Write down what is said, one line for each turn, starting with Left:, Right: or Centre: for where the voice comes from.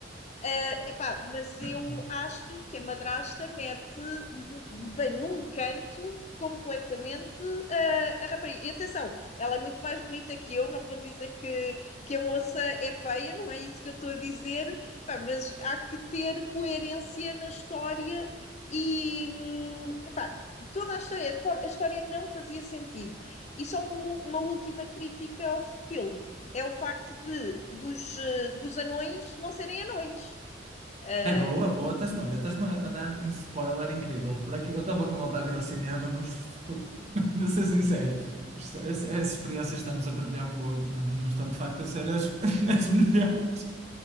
Left: Uh, epá, mas eu
Right: <laughs>
Left: acho que a madrasta mete bem num canto completamente uh, a rapariga. E atenção, ela é muito mais bonita que eu, não vou dizer que, que a moça é feia, não é isso que eu estou a dizer, epá, mas há que ter coerência na história e hum, epá, toda a história, to- a história não fazia sentido. E só um- uma última crítica ao filme é o facto de dos, eh, dos anões não serem anões. Uh,
Right: Ai, boa, boa. Estás-me, olha, estás-me a dar um spoiler incrível. Por aqui, eu estava com vontade de ir ao cinema, mas tô- <laughs> de ser sincero, as, as experiências que estamos a partilhar um com o outro não, não estão de facto a ser as, <laughs> as melhores.